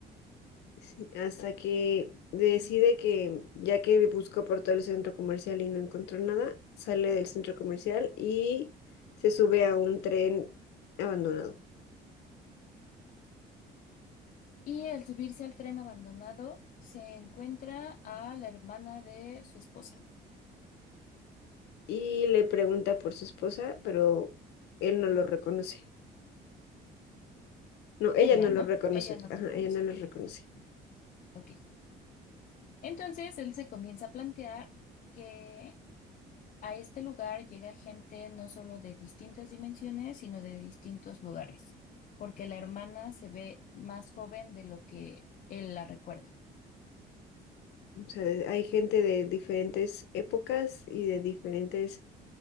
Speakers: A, on the left; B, on the left.
A: Sí, hasta que decide que ya que buscó por todo el centro comercial y no encontró nada, sale del centro comercial y se sube a un tren abandonado.
B: Y al subirse al tren abandonado, se encuentra a la hermana de su esposa.
A: Y le pregunta por su esposa, pero él no lo reconoce. No,
B: Ella,
A: ella no
B: ¿no?
A: lo reconoce.
B: Ella no lo
A: Ajá,
B: reconoce.
A: ella no lo
B: Ujú.
A: reconoce.
B: Ok. Entonces él se comienza a plantear que a este lugar llega gente no solo de distintas dimensiones, sino de distintos lugares, porque la hermana se ve más joven de lo que él la recuerda.
A: O sea, de- hay gente de diferentes épocas y de diferentes